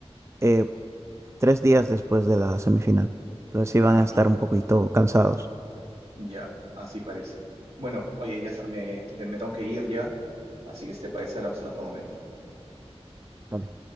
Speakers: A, on the right; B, on the right.
A: eh, tres días después de la semifinal. Entonces sí
B: Ah,
A: van a
B: mira,
A: estar un poquito cansados.
B: Ya, así parece. Bueno, oye, ya me, te- me tengo que ir ya, así que si te parece hablamos en otro momento.
A: Dale.